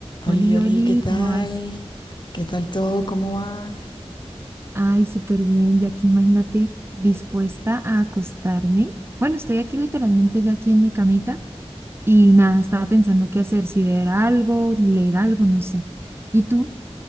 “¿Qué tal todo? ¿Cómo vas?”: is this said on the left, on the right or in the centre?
Left